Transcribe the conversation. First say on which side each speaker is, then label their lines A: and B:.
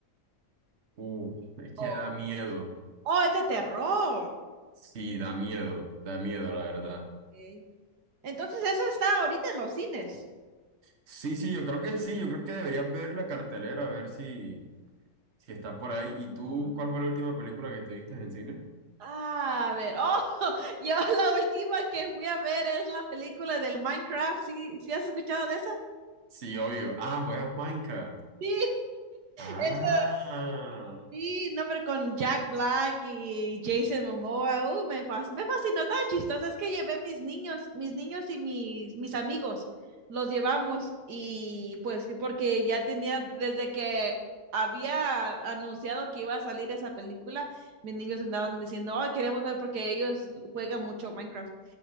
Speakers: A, on the right; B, on the right.
A: Uh, es que
B: o
A: da miedo.
B: Oh, es de terror.
A: Sí, da miedo, da miedo, la verdad.
B: ok. Entonces, esa está ahorita en los cines.
A: Sí, sí, yo creo que sí, yo creo que deberías ver la cartelera, a ver si, si está por ahí. ¿Y tú cuál fue la última película que estuviste en cine?
B: Ah, a ver. Oh, <laughs> yo la última que fui a ver es la película del Minecraft. ¿Sí, sí has escuchado de esa?
A: Sí, obvio. Ah, juegas Minecraft.
B: Sí,
A: Ah,
B: eso Sí, no, pero con Jack Black y Jason Momoa, uh, me, fas- me fascinó, estaba chistoso, es que llevé mis niños, mis niños y mis, mis amigos, los llevamos y pues que porque ya tenía, desde que había anunciado que iba a salir esa película, mis niños andaban diciendo, oh, queremos ver porque ellos juegan mucho Minecraft.